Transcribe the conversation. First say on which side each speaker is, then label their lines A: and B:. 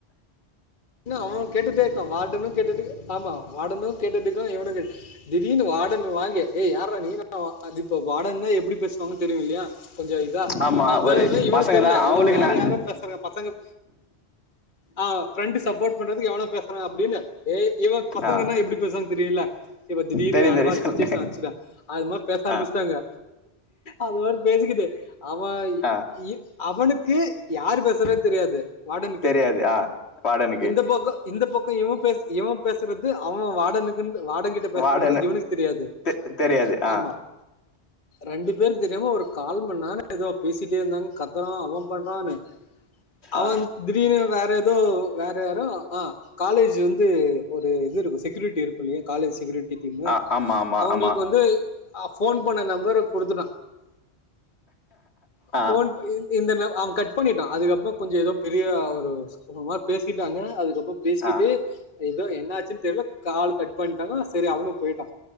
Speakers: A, on the left (about 50°); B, on the left (about 75°).
A: என்ன அவன் கேட்டுட்டே இருக்கான் வார்டனும் கேட்டுட்டு ஆமா வார்டனும் கேட்டுட்டு இருக்கா இவனும் கே திடீர்னு வாடன் வாங்கி ஏய் யார்ரா நீ னா ஆ அது இப்ப வாடன்னா எப்டி பேசுவாங்கன் தெரியும் இல்லையா கொஞ்சோ த
B: ஆமா
A: அவன்
B: ஒரு
A: பேசுற இவனுக்கு
B: பசங்க
A: தெரியல
B: தா அவங்களுக்கு
A: இவன் வேற
B: நா
A: யாரோ பேசுறாங்க பசங்க ஆ பிரெண்டு சப்போர்ட் பண்றதுக்கு எவ்ளோ பேசுறா அப்படின்னு ஏய் இவன் பசங்கன்னா
B: ஆ
A: எப்டி பேசுவாங்க தெரியும்ல இப்ப திடீர்னு
B: தெரியு
A: அந்தமாரி
B: தெரியு சொல்லுங்க
A: ஒரு சுச்சுவேஷன் ஆச்சுல்ல அது மாரி பேச ஆரம்பிச்சட்டாங்க
B: ஆ
A: அது மாரி பேசிக்கிட்டு அவ
B: ஆ
A: இ அவனுக்கு யாரு பேசுறான் தெரியாது வார்டனுக்
B: தெரியாது ஆ வாடனுக்கு
A: இந்த பக்கோ இந்த பக்கோ இவ பேஸ் இவ பேசுறது அவ வாடனுக்குன் வாடங்கிட் ட பேசுறான்றது
B: வாடனு
A: இவனுக்கு தெரியாது
B: தெ தெரியாது ஆ
A: ஆமா ரெண்டு பேருக்கு தெரியாம ஒரு கால்மண் நேரம் ஏதோ பேசிட்டே இருந்தாங்க கத்துறா அவ பண்றான்னு அவன்
B: ஆ
A: திடீர்னு வேற ஏதோ வேற யாரோ ஆ காலேஜ் வந்து ஒரு இது இருக்கு செக்யூரிட்டி இருக்கு இல்லையா காலேஜ் செக்யூரிட் டினு
B: ஆ ஆமா ஆமா
A: அவுங்களுக்கு
B: ஆமா
A: வந்து ஆ ஃபோன் பண்ண நம்பர குடுத்துட்டா
B: ஆ
A: ஃபோன் ப இ இந்த ந அவ கட் பண்ணிட்டா அதுக்கப்புற கொஞ்ச ஏதோ பெரிய ஒரு சுமூகமா பேசிட்டாங்க அதுக்கப்புற பேசிட்டு
B: ஆ
A: ஏதோ என்ன ஆச்சுன்னு தெர்ல காலு கட் பண்ட்டாங்க சரி அவனும் போயிட்டா